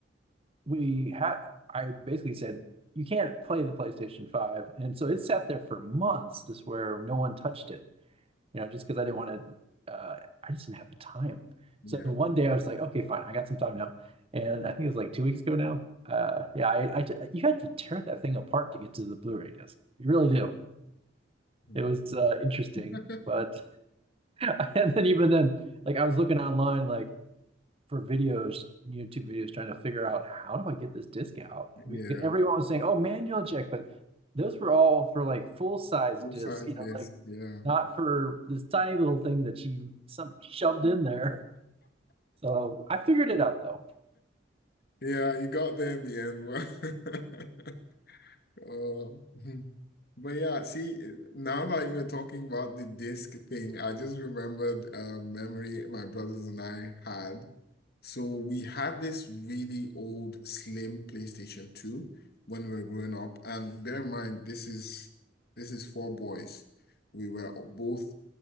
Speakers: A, on the right; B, on the left.
A: we had I basically said you can't play the PlayStation 5. And so it sat there for months just where no one touched it, you know, just because I didn't want to, uh, I just didn't have the time.
B: yeah,
A: So one day I was like, okay, fine, I got some time now. And I think it was like two weeks ago now. Uh, yeah, I, I t- you had to tear that thing apart to get to the Blu-ray disc. You really do.
B: mm.
A: It was uh, interesting,
B: <laughs>
A: but <laughs> and then even then, like I was looking online, like for videos, YouTube videos, trying to figure out how do I get this disc out?
B: yeah.
A: Because everyone was saying, "Oh, manual eject," but those were all for like full size
B: Full
A: discs,
B: size
A: you
B: discs.
A: know, like
B: Yeah,
A: not for this tiny little thing that you some shoved in there. So I figured it out though.
B: yeah. You got there in the end. <laughs> Oh. <laughs> But yeah, see, now that you were talking about the disc thing, I just remembered a memory my brothers and I had. So we had this really old slim PlayStation 2 when we were growing up. And bear in mind, this is this is four boys. We were both